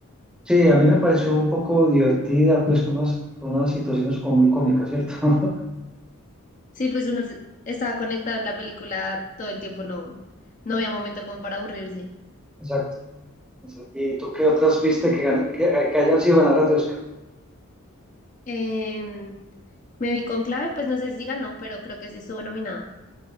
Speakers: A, in the centre; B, on the left.
A: sí, a mí me pareció un poco divertida, pues con unas, con unas situaciones como muy cómicas, ¿cierto? <laughs>
B: Sí, pues uno se- estaba conectado en la película todo el tiempo, no, no había momento como para aburrirse.
A: Exacto. ¿Y tú qué otras viste que, gana- que, que hayan sido ganadoras de Oscar?
B: Em, me vi con clave, pues no sé si ganó, pero creo que sí estuvo nominada.